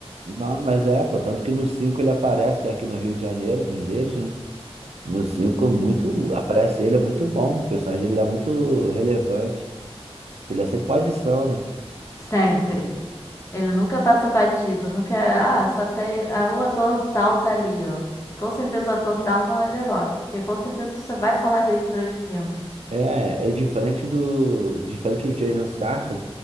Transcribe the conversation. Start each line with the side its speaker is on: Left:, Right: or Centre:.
Right: Não, mas é, pô, tanto que no 5 ele aparece, que é aqui no Rio de Janeiro, diz eles, né? No 5 é muito, aparece ele, é muito bom, o personagem dele é muito relevante, que ele é sempre uma adição, né?
Left: <laughs> Sempre. Ele nunca passa batido, nunca. é, Ah, só tem. Ah, o ator tal tá ali, ó. Com certeza o ator tal não é The Rock, porque com certeza você vai falar dele durante o filme.
Right: É, é diferente do, diferente do Jason Statham,